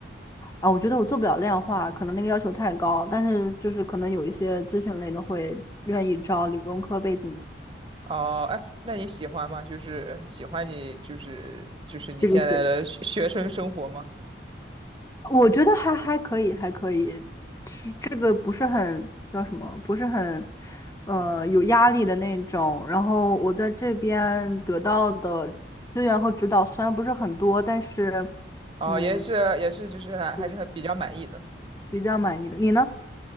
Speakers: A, on the left; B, on the right.
A: 我觉得我做不了量化，可能那个要求太高。但是就是可能有一些咨询类的会愿意招理工科背景
B: 哦、哎，那你喜欢吗？就是喜欢你，就是就是你现在的学学生生活吗？
A: 这个学。我觉得还还可以，还可以，是这个不是很叫什么，不是很，呃，有压力的那种。然后我在这边得到的资源和指导虽然不是很多，但是，
B: 哦、
A: 嗯，
B: 也是也是，就是还还是很比较满意的。
A: 我比较满意的。你呢？